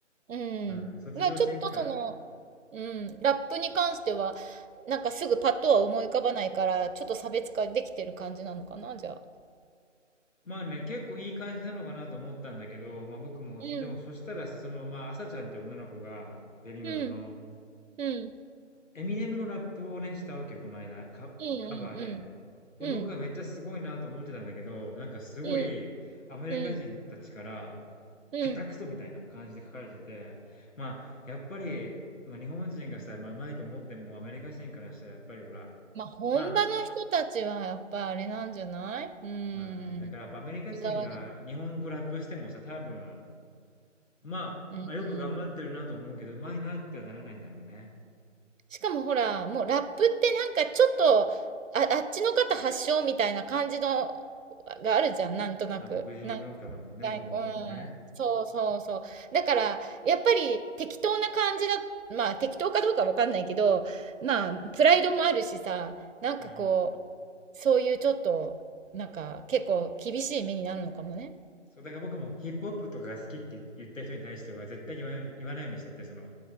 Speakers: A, on the right; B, on the left.
A: うん。
B: うん、卒業していくから。
A: まあちょっとその、うん、ラップに関しては、なんかすぐパッとは思い浮かばないから、ちょっと差別化できてる感じなのかな、じゃあ。
B: まあね、結構いい感じなのかなと思ったんだけど、まあ僕も、
A: うん。
B: でもそしたらさ、その、まあ、朝ちゃんって女の子が、ベビモンの、
A: うん。うん。
B: エミネムのラップをね、したわけよ、この間、カ、
A: うん。
B: カバーで。で、
A: うん。うん。
B: 僕がめっちゃすごいなと思ってたんだけど、なんかすごい、
A: うん。
B: アメリカ人たちから、
A: うん。うん。うんうん
B: 下手くそみたいな感じで書かれてて、まあ、やっぱり、まあ日本人がさ、まあ、うまいと思っても、アメリカ人からしたらやっぱりほら、
A: まあ、本場の人たちはやっぱあれなんじゃないうーん。
B: まあ、まあね、だからやっぱアメリカ人が日本語ラップしてもさ、
A: こだわりが。
B: 多分、まあ、
A: うんうん。
B: まあよく頑張ってるなと思うけど、うまいなってはならないんだろうね。
A: しかもほら、もうラップってなんかちょっと、あ、あっちの方発祥みたいな感じの、があるじゃん、なんとなく。
B: まあ、黒人文化だもんね、
A: なんか、
B: もともとはね。
A: うん。そうそうそう。だから、やっぱり適当な感じだ、まあ適当かどうかわかんないけど、まあ、プライドもあるしさ、なんかこう、
B: うん。
A: そういうちょっと、なんか結構厳しい目になるのかもね。
B: そう、だから僕もヒップホップとかが好きって言言った人に対しては絶対言わない言わないようにしてて、その、